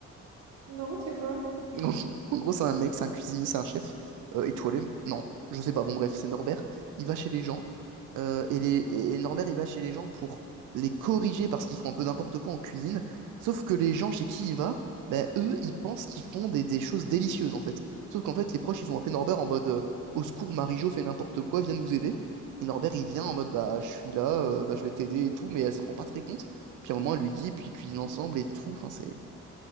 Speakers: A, on the right; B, on the right.
A: Non, c'est quoi?
B: <laughs> En en gros, c'est un mec, c'est un cuisinier, c'est un chef euh, étoilé. Non, je sais pas. Bon, bref, c'est Norbert. Il va chez les gens. Euh, et, les- et Norbert, il va chez les gens pour les corriger parce qu'ils font un peu n'importe quoi en cuisine. Sauf que les gens chez qui il va, bah, eux, ils pensent qu'ils font des, des choses délicieuses en fait. Sauf qu'en fait, les proches, ils ont appelé Norbert en mode euh, Au secours, Marie-Jo fait n'importe quoi, viens nous aider. Et Norbert, il vient en mode Bah, je suis là, euh, bah, je vais t'aider et tout, mais elle s'en rend pas très compte. Puis à un moment, elle lui dit, puis ils cuisinent ensemble et tout. Enfin, c'est